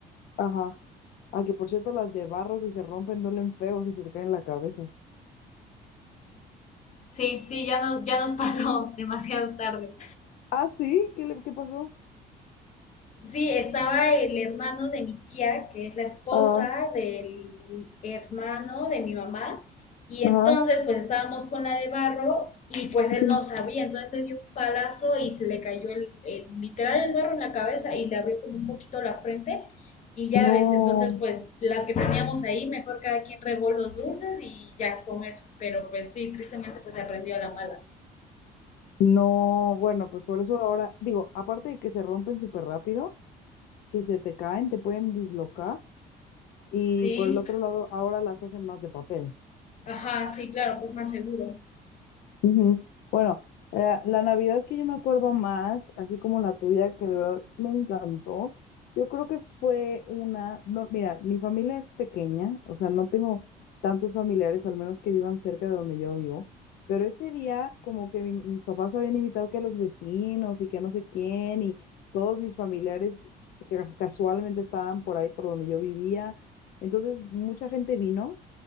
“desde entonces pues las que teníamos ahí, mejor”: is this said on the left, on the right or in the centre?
Left